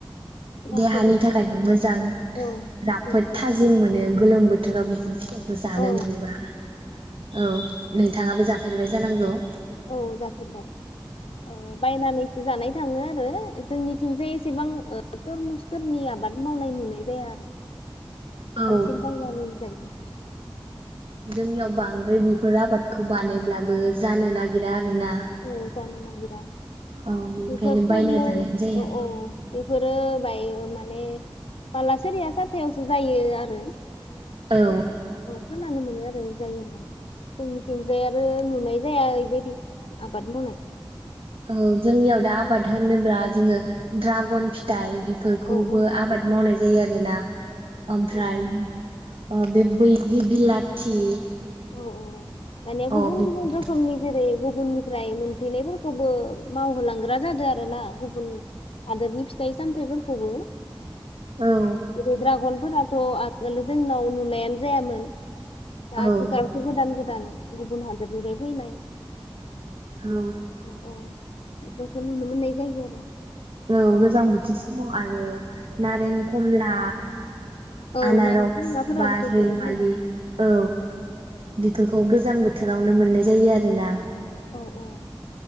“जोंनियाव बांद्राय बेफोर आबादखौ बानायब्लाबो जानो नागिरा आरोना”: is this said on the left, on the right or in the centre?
Right